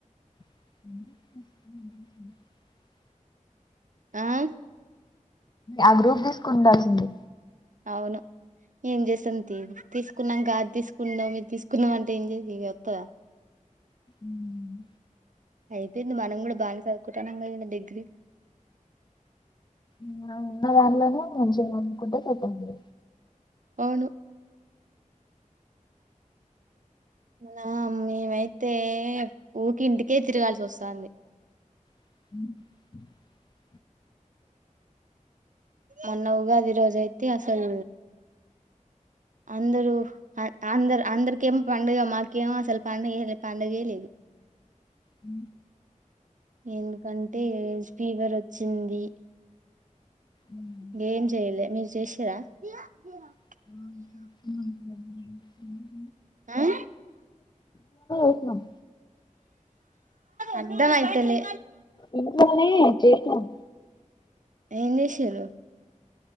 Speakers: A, on the left; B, on the right.
A: <unintelligible>
B: ఆ
A: ఆ గ్రూప్ ది ఉండాల్సింది
B: అవును ఏం చేస్తాం తీసుకున్నాం కాదు తీసుకున్నాాం మీరు తీసుకున్నాం అంటే ఏం చే ఇగా వస్తుందా
A: ఉమ్
B: అయిపోయింది మనం కూడా బాగానే చదువుకుంటనం డిగ్రీ
A: ఉన్న దానిలోనే మంచి గా కోనుకుంటే సరిపోతుంది
B: అవును నా మ్ మెమ్అయ్తే ఊరికి ఇంటికే తిరగాల్సి వస్తుంది
A: ఉ
B: అల్ల ఉగాది రోజైతే సల్ అందరూ <unintelligible> అందరు అందరు కేం పండుగ మాకేం అసలు పండగే గే పండగే లేదు
A: ఆ
B: ఎందుకంటే ఫీవర్ వచ్చింది
A: హలో
B: నేను చేయలే నువ్ చేస్ <unintelligible>
A: <unintelligible> హమ్
B: ఆ
A: చేసినాం
B: అర్ధం అయితేలే
A: ఇంట్లోనేే చేశాం
B: ఎనే సరు